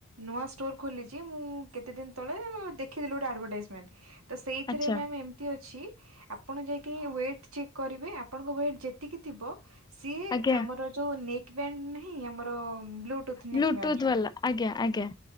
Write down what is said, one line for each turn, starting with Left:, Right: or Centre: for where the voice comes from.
Right: ନୂଆ ଷ୍ଟୋର ଖୋଲିଚି ମୁଁ କେତେ ଦିନ ତଳେ ଦେଖିଥିଲି ଗୋଟେ ଆଡ଼ଭାଟାଇଜମେଣ୍ଟ ତ ସେଇଥିରେ
Left: ଆଚ୍ଛା
Right: ମ୍ୟାମ୍ ଏମତି ଅଛି ଆପଣ ଯାଇକି ୱେଟ ଚେକ୍ କରିବେ ଆପଣଙ୍କ ୱେଟ ଯେତିକି ଥିବ ସିଏ
Left: ଆଜ୍ଞା
Right: ଆମର ଯୋଉ ନେକ୍ ବ୍ୟାଣ୍ଡ ନାହିଁ ଆମର ବ୍ଲୁଟୁଥ ନେକ୍
Left: ବ୍ଲୁଟୁଥ୍
Right: ବ୍ୟାଣ୍ଡ ଯୋଉ
Left: ବାଲା ଆଜ୍ଞା ଆଜ୍ଞା।